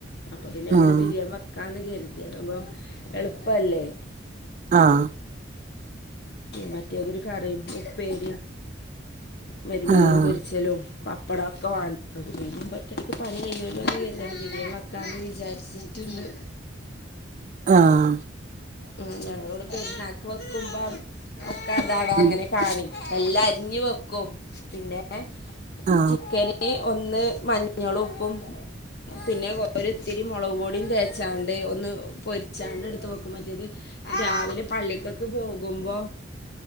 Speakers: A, on the left; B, on the right.
A: അപ്പൊ പിന്നെ അങ്ങനെ
B: ആഹ്
A: ബിരിയാണി വെക്കാന്ന് കരുതി അതുമ്പം എളുപ്പല്ലേ
B: ആഹ
A: മറ്റേ അതൊരു കറിയും ഉപ്പേരി മരു മീൻ
B: ആഹ്
A: പൊരിച്ചലും പ ഇപ്പടൊക്കെ വ <unintelligible> ഇതിപ്പോ ഒറ്റടക്ക് പണി കഴ്യല്ലോന്ന് വിചാരിച് ബിരിയാൻ വക്കാന്ന് വിചാർച്ചിട്ടൻഡ്
B: ആഹ
A: ഉ ഞങ്ങളോട് പെരുന്നാക്ക് വെക്കുമ്പ ഒക്കെ അതാവാ
B: ഉം
A: അങ്ങനെ കാണിക്കും എല്ലാം അരിഞ്ഞു വെക്കും പിന്നെ
B: ആ
A: ചിക്കന് ഒന്ന് മഞ്ഞളും ഉപ്പും പിന്നെ ഒര് ത്തിരി മുളക് പൊടിയും തേച്ചാണ്ട് ഒന്ന് പൊരിച്ചാണ്ട് എടുത്ത്പ വെ മറ്റിയത് രാവിലെ പള്ളിക്കക്ക് പോകുമ്പോ